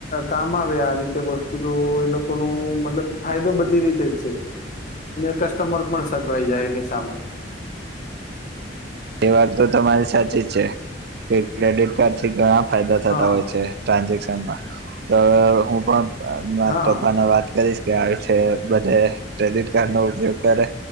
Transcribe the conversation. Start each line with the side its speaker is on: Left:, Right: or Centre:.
Left: કામ આવે આ રીતે વસ્તુ તો એ લોકો નુ મતલબ ફાયદો બધી રીતે જ છે. અને કસ્ટમર પણ સચવાઈ જાય એની સામે.
Right: એ વાત તો તમારી સાચી જ છે કે ક્રેડિટ કાર્ડ થી ઘણા ફાયદા થતા
Left: હા
Right: હોય છે. ટ્રાન્ઝેક્શનમાં, તો હું પણ મારા
Left: હા
Right: પપ્પાને વાત કરીશ કે આવી છે બધે ક્રેડિટ કાર્ડ નો ઉપયોગ કરે